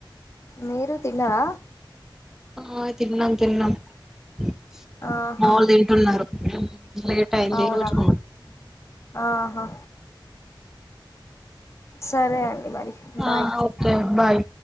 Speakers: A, on the left; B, in the centre.
A: మీరు తిన్నరా
B: ఆ తిన్నాం తిన్నాం ఇంకా
A: ఆహా
B: మాములు తింటున్నారు అ లేట్ అయింది
A: అవునా
B: ఈ రోజు
A: ఆహా సరే అండి మరి బాయ్
B: ఆ ఓకే బాయ్